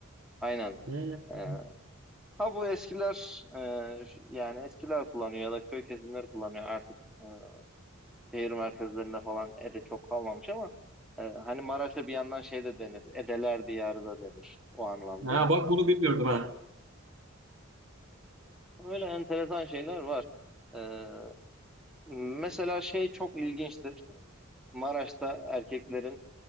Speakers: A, in the centre; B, on the right (about 70°).
A: Aynen.
B: ha.
A: Ee, ha bu eskiler e, ş- yani eskiler kullanıyor ya da köy kesimleri kullanıyor artık e, şehir merkezlerinde falan ede çok kalmamış ama e, hani Maraş'a bir yandan şey de denir. Edeler diyarı da denir o anlamda.
B: Ha, bak bunu bilmiyordum ha.
A: Böyle enteresan şeyler var. Ee, Mesela şey çok ilginçtir. Maraş'ta erkeklerin